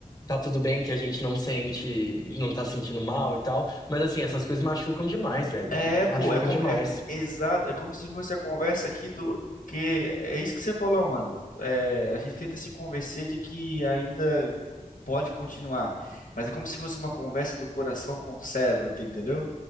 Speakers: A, on the left; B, on the left.
A: tá tudo bem, que a gente não sente, não tá sentindo mal e tal. Mas assim, essas coisas machucam demais, velho.
B: É,
A: de-
B: pô,
A: Machucam
B: é como
A: demais.
B: é exato, é como se fosse a conversa aqui do porque é isso que você falou, mano. É, a gente tenta se convencer de que ainda pode continuar, mas é como se fosse uma conversa do coração com o cérebro, tá entendeu?